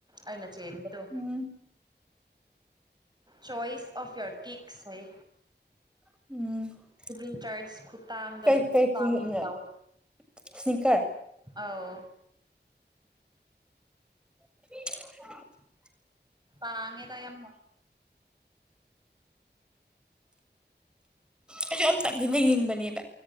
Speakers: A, on the right; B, in the centre.
A: ꯑꯩꯅ ꯆꯦꯟꯕꯗꯨ
B: um
A: choice of year kicks ꯍꯦ
B: <unintelligible>
A: ꯂꯤꯚꯤꯡ ꯇꯥꯏꯠꯁ ꯈꯨꯊꯥꯡꯗ
B: ꯀꯩ
A: ꯂꯧꯋꯦ
B: ꯀꯩ ꯈꯣꯡꯎꯞꯅꯣ ꯏꯁꯅꯤꯀꯔ
A: ꯑꯥꯎ
B: <unintelligible>
A: ꯥꯉꯦ ꯇꯌꯦ <inaudible>
B: ꯑꯩꯁꯨ ꯑꯝꯇꯪꯗꯤ ꯂꯩꯅꯤꯡꯕꯅꯦꯕ